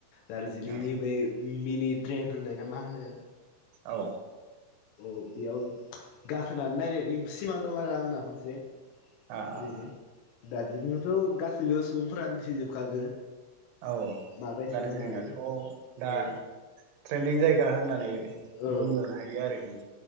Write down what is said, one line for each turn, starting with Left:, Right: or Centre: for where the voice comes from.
Left: दार्जिलिंनि
Right: औ
Left: बै मिनि ट्रेन होननाय ना मा होनो
Right: औ
Left: औ बेयाव गाखोनानै नायनायनि सिमां दं आरो आंना खनसे
Right: आ आ
Left: ओरैनो
Right: आ
Left: दार्जिलिंआवथ' गासैबो सुबुंफोरानो मिथिजोबखागो
Right: औ
Left: माबायसा
Right: दार्जिलिंआथ'
Left: होननानै
Right: दा
Left: औ
Right: ट्रेन्दिं जायगा होननानै
Left: औ
Right: बुंनो हायो आरोखि